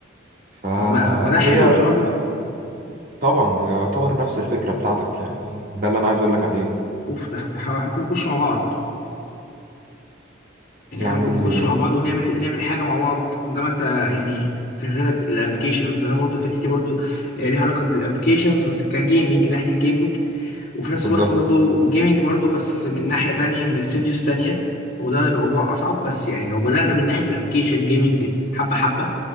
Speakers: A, on the right; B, on the left.
A: فهي
B: طب ما ما ده حلو الحوار ده
A: طبعا هي يعتبر نفس الفكرة بتاعتك يعني ده اللي انا عايز اقول لك عليه
B: اوف ده ده- ح- ممكن نخش مع بعض يعني
A: يعني
B: احنا ممكن نخش مع بعض ونعمل نعمل حاجه مع بعض ده ما انت يعني في غيرك الابلكيشنز انا برضو فكرتي برضو آه، ليها علاقه بالابلكيشنز بس كجيمنج ناحيه الجيمنج وفي نفس
A: بالظبط
B: الوقت برضو جيمنج برضو بس من ناحيه تانية من استوديوز تانية وده هيبقى موضوع اصعب بس يعني لو بدانا من ناحيه الابلكيشن جيمنج حبه حبه